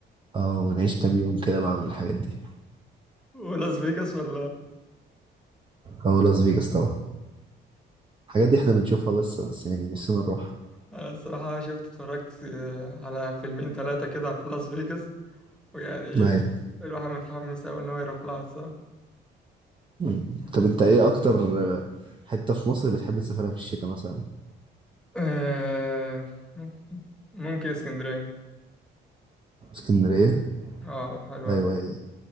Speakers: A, on the right; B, in the centre.
A: أه ونعيش كام يوم كده بعمل الحاجات دي
B: ولاس فيجاس ولا
A: أو لاس فيجاس طبعا الحاجات دي إحنا بنشوفها بس بس يعني نفسنا نروح
B: انا الصراحة شفت اتفرجت آه، على فيلمين ثلاثة كده في لاس فيجاس ويعني
A: أيوة.
B: الواحد متحمس قوي ان هو يروح لها الصراحة
A: مم. طب أنت إيه أكتر آه، حتة في مصر بتحب تسافرها في الشتاء مثلا
B: آه، ممكن اسكندرية
A: اسكندرية
B: اه حلو
A: أيوة
B: أوي
A: أيوة